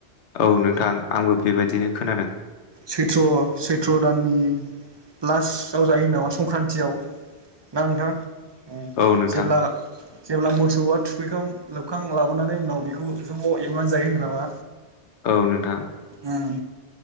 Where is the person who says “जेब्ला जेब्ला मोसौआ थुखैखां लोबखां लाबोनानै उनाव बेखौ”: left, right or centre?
Right